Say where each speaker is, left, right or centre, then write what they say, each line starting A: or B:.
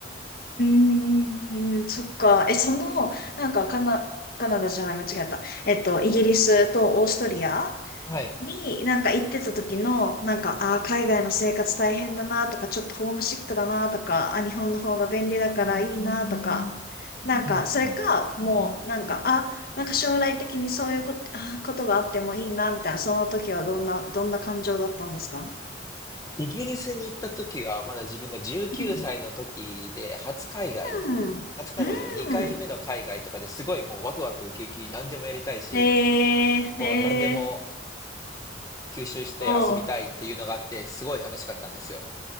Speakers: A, on the left; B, on the left.
A: うんそっか。え、その、なんかカナ、カナダじゃない、間違えた。えっと、イギリスとオーストリア
B: はい。
A: に、なんか行ってた時の、なんか、ああ、海外の生活大変だなとか、ちょっとホームシックだなとか、あ、日本の方が便利だからいいなとか、なんか、
B: うんうん
A: それか、もう、なんか、あ、なんか将来的にそういうこと、あー、ことがあってもいいな、みたいな、その時はどんな、どんな感情だったんですか
B: イギリスに行った時は、まだ自分が19歳の時で、
A: うん。
B: 初海外、
A: うん。
B: 初海外じゃない、
A: うん。
B: 2回目の海外とかですごいもうワクワクウキウキ、何でもやりたいし、
A: へえ、
B: こう何でも
A: へえ、
B: 吸収して遊びたいっていうのがあって、
A: おう
B: すごい楽しかったんですよ。